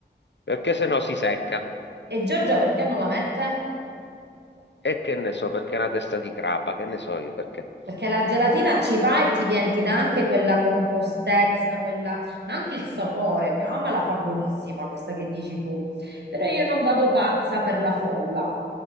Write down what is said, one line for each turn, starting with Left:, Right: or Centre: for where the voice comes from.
Left: perché se no si secca.
Right: E Giorgia perché non la mette?
Left: E che ne so, perché è una testa di crapa, che ne so io, perché...
Right: Perché la gelatina ci va e ti viene, ti dà anche quella compostezza, quella, ma anche il sapore. Mia mamma la fa buonissima, questa che dici tu. Però io non vado pazza per la frolla.